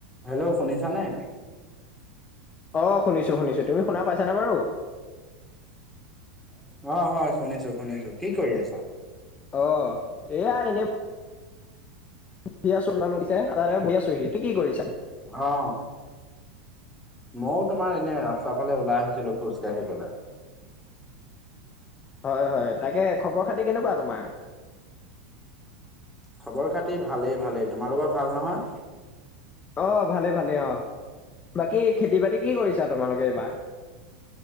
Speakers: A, in the centre; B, on the left.
A: Hello শুনিছা নে
B: অ শুনিছো শুনিছো তুমি শুনা পাইছানে বাৰু
A: অ হয় শুনিছো শুনিছো কি কৰি আছা
B: অ এইয়া এনে বিয়য়াছ লানু দিছে তাতে বিয়াছোহি তটো কি কৰিছা
A: অ মইও তোমাৰ এনে ৰাস্তা ফালে ওলাই আহিছিলো খোজকাঢ়িবলৈ
B: হয় হয় তাকে খবৰ খাতি কেনেকুৱা তোমাৰ
A: খবৰ খাতি ভালেই ভালেই তোমালোকৰ ভাল নহয়
B: অ ভালে ভালেই অ বাকী খেতি বাতি কি কৰিছা তোমালোকে এইবাৰ